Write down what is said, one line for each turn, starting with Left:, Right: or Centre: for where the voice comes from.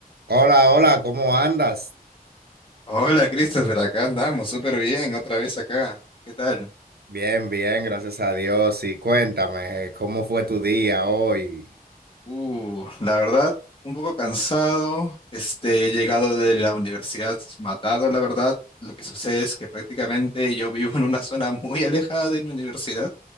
Right: Hola, hola, ¿cómo andas?
Left: Hola Christopher, acá andamos, súper bien, otra vez acá. ¿Qué tal?
Right: Bien, bien, gracias a Dios. Y cuéntame, eh, ¿cómo fue tu día hoy?
Left: Uh, la verdad, un poco cansado, este, he llegado de la universidad matado, la verdad. Lo que sucede es que prácticamente yo vivo en una zona muy alejada de mi universidad